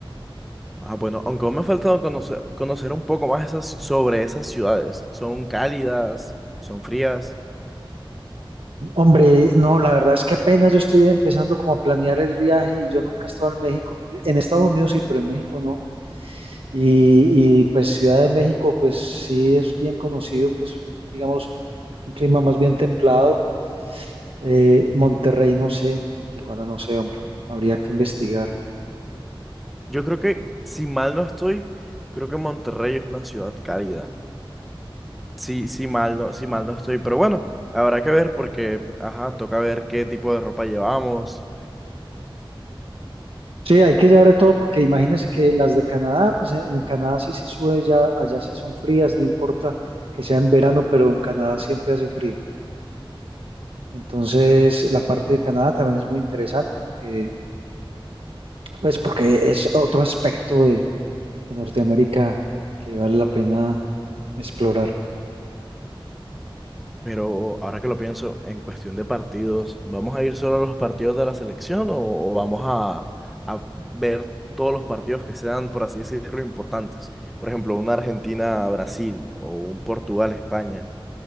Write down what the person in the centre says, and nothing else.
Ah, bueno, aunque aún me ha faltado conocer, conocer un poco más esas, sobre esas ciudades. ¿Son cálidas? ¿Son frías?
Yo creo que, si mal no estoy, creo que Monterrey es una ciudad cálida. Sí, sí, mal no, sí, mal no estoy, pero bueno, habrá que ver porque, ajá, toca ver qué tipo de ropa llevamos.
Pero ahora que lo pienso, en cuestión de partidos, ¿vamos a ir solo a los partidos de la selección o, o vamos a, a ver todos los partidos que sean, por así decirlo, importantes? Por ejemplo, una Argentina-Brasil o un Portugal-España.